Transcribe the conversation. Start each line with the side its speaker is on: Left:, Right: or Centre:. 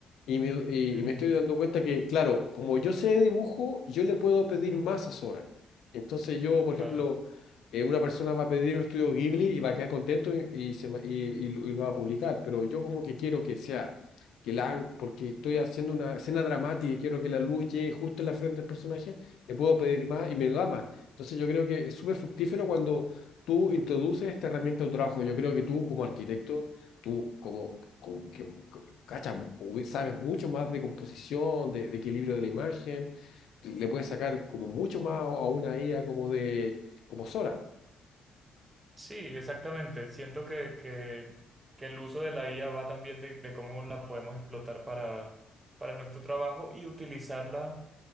Left: y me, y-
Right: ujú,
Left: y me estoy dando cuenta que, claro, como yo sé de dibujo, yo le puedo pedir más a Sora. Entonces yo, por
Right: claro.
Left: ejemplo, eh, una persona va a pedir un estudio Ghibli y va a quedar contento y, y se va- y- y lo y lo va a publicar, pero yo como que quiero que sea, que la hagan, porque estoy haciendo una escena dramática y quiero que la luz llegue justo en la frente del personaje, le puedo pedir más y me da más. Entonces yo creo que es súper fructífero cuando tú introduces esta herramienta a tu trabajo. Yo creo que tú como arquitecto, tú como, como que co- cacha, ubi- sabes mucho más de composición, de, de equilibrio de la imagen, le puedes sacar como mucho más a una IA como de como Sora.
Right: Sí, exactamente. Siento que, que, que el uso de la IA va también de, de cómo la podemos explotar para, para nuestro trabajo y utilizarla